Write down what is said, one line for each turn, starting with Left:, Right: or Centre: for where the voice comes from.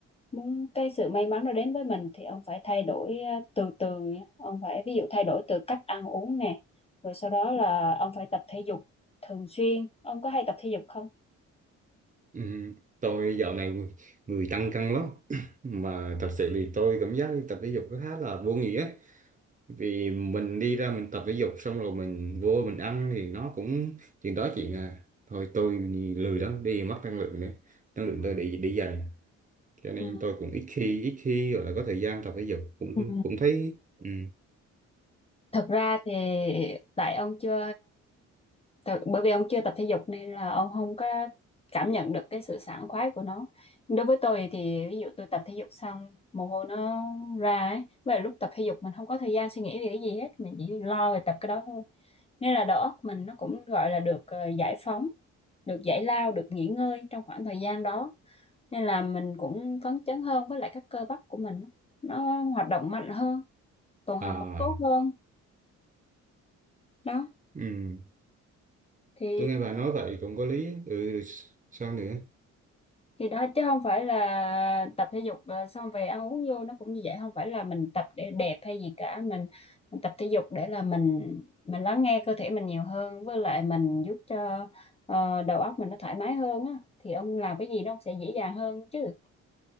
Left: muốn cái sự may mắn nó đến với mình thì ông phải thay đổi ờ, từ từ. Ông phải ví dụ thay đổi từ cách ăn uống nè, rồi sau đó là ông phải tập thể dục thường xuyên. Ông có hay tập thể dục không?
Right: ừ, tôi dạo này người, người tăng cân lắm <clears throat> mà thật sự thì tôi cảm giác đi tập thể dục nó khá là vô nghĩa vì mình đi ra mình tập thể dục xong rồi mình vô mình ăn thì nó cũng chuyện đó chuyện à thôi tôi lười lắm đi mất năng lượng nữa năng lượng tôi để để dành cho nên
Left: Ừ.
Right: tôi cũng ít khi ít khi gọi là có thời gian tập thể dục cũng
Left: Ừ.
Right: cũng thấy ừ.
Left: Thật ra thì tại ông chưa Tại- bởi vì ông chưa tập thể dục nên là ông không có cảm nhận được cái sự sảng khoái của nó đối với tôi thì ví dụ tôi tập thể dục xong mồ hôi nó ra ấy và lúc tập thể dục mình không có thời gian suy nghĩ về cái gì hết mình chỉ lo về tập cái đó thôi nên là đầu óc mình nó cũng gọi là được ờ, giải phóng được giải lao được nghỉ ngơi trong khoảng thời gian đó nên là mình cũng phấn chấn hơn với lại các cơ bắp của mình nó nó hoạt động mạnh hơn tuần hoàn
Right: à
Left: máu tốt hơn đó
Right: ừ.
Left: thì
Right: tôi nghe bà nói vậy cũng có lý á. ừ. sao nữa
Left: thì đó chứ không phải là tập thể dục ờ, xong về ăn uống vô nó cũng như vậy không phải là mình tập để đẹp hay gì cả mình, mình tập thể dục để là mình mình lắng nghe cơ thể mình nhiều hơn với lại mình giúp cho ờ, đầu óc mình nó thoải mái hơn á thì ông làm cái gì nó cũng sẽ dễ dàng hơn chứ